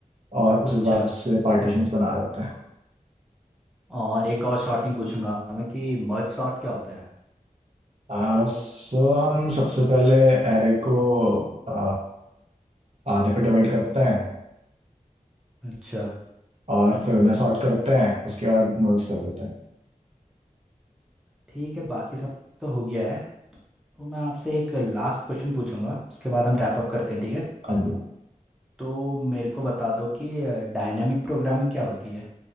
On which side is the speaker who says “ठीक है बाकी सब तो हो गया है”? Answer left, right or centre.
Centre